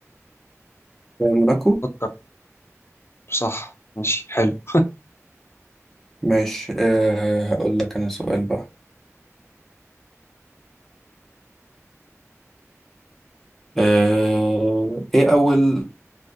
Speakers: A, in the centre; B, on the left (about 50°).
A: آه، موناكو
B: فكر صح ماشي حلو
A: ماشي أه هقول لك انا سؤال بقى أه ايه اول